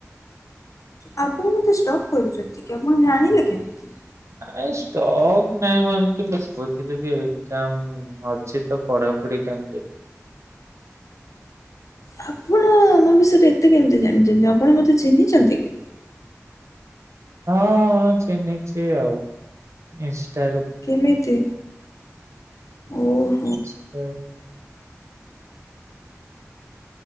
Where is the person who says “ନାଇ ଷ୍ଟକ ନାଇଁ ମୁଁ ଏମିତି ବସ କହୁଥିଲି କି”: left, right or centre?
Right